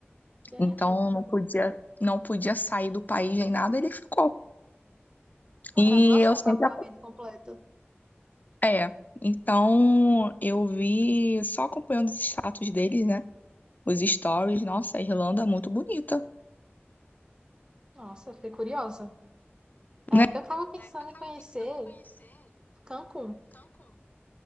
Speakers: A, on the right; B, on the left.
A: gente,
B: Então não podia, não podia sair do país nem nada, ele ficou.
A: uma
B: E
A: graduação
B: eu sempre
A: praticamente completa.
B: É, então eu vi só acompanhando os status deles, né? Os stories, nossa, a Irlanda é muito bonita,
A: Nossa, eu fiquei curiosa. É,
B: né?
A: eu estava pensando
B: É, eu tava
A: em conhecer
B: pensando em conhecer
A: Cancún. Não
B: Cancún.